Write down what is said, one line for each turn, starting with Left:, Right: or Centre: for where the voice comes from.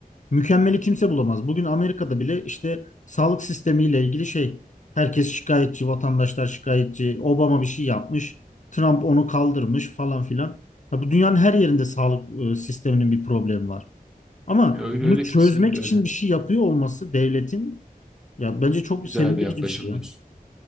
Left: Mükemmeli kimse bulamaz. Bugün Amerika'da bile işte sağlık sistemiyle ilgili şey herkes şikayetçi, vatandaşlar şikayetçi. Obama bir şey yapmış, Trump onu kaldırmış falan filan. Ya bu dünyanın her yerinde sağlık e, sisteminin bir problemi var. Ama
Centre: Öyle
Left: bunu
Centre: öyle
Left: çözmek
Centre: kesinlikle
Left: için
Centre: öyle.
Left: bir şey yapıyor olması devletin ya bence çok
Centre: Güzel
Left: sevindirici
Centre: bir yaklaşım
Left: bir şey ya.
Centre: diyorsun.